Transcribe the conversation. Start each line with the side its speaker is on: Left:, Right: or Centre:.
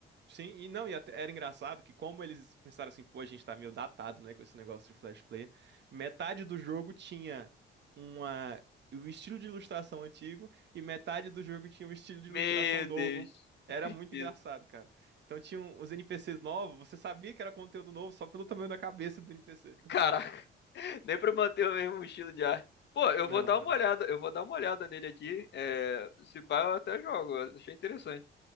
Right: Sim, e não, e até era engraçado que como eles pensaram assim, pô, a gente tá meio datado, né, com esse negócio de Flash Player, metade do jogo tinha uma o estilo de ilustração antigo e metade do jogo tinha um estilo de
Left: Meu
Right: ilustração novo.
Left: Deus, que
Right: Era
Left: tristeza.
Right: muito engraçado, cara. Então tinha um- uns NPCs novos, você sabia que era conteúdo novo só pelo tamanho da cabeça do NPC.
Left: Caraca, <laughs> nem
Right: Era-
Left: pra manter o mesmo estilo de arte. Pô, eu
Right: Não,
Left: vou dar
Right: não.
Left: uma olhada, eu vou dar uma olhada nele aqui. É, se pá, eu até jogo, eu achei interessante.